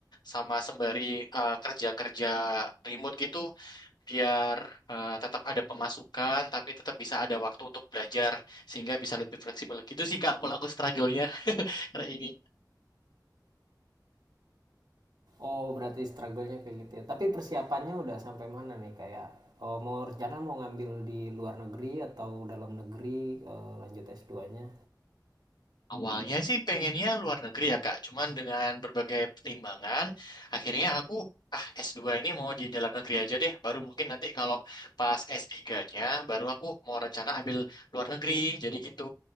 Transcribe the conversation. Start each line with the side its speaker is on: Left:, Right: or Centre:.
Left: sama sembari uh, kerja-kerja remote gitu biar uh, tetap ada pemasukan tapi tetap bisa ada waktu untuk belajar sehingga bisa lebih fleksibel. Gitu sih Kak kalau aku struggle-nya <laughs> karena ini.
Right: oh berarti struggle-nya kayak gitu ya tapi persiapannya udah sampai mana nih kayak oh, mau rencana mau ngambil di luar negeri atau dalam negeri eh, lanjut s dua nya
Left: Awalnya sih pengennya luar negeri ya Kak, cuman dengan berbagai pertimbangan, akhirnya aku ah s dua ini mau di dalam negeri aja deh, baru mungkin nanti kalau pas S3-nya baru aku mau rencana ambil luar negeri, jadi gitu.